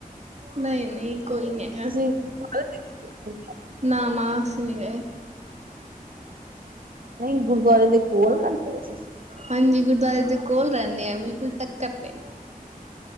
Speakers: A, on the right; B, on the right.
A: ਨਈ-ਨਈ ਕੋਈ ਨੀ ਐ।
B: ਤੁਸੀਂ <unintelligible>
A: ਨਾ-ਨਾ ਅਸੀ ਨੀ ਗਏ।
B: ਨਈ ਗੁਰਦੁਆਰੇ ਦੇ ਕੋਲ ਰੈਦੇ‌ ਓ ਤੁਸੀ
A: ਹਾਂਜੀ ਗੁਰਦੁਆਰੇ ਦੇ ਕੋਲ ਰੈਣੇ ਆ, ਬਿਲਕੁਲ ਟੱਕਰ ਤੇ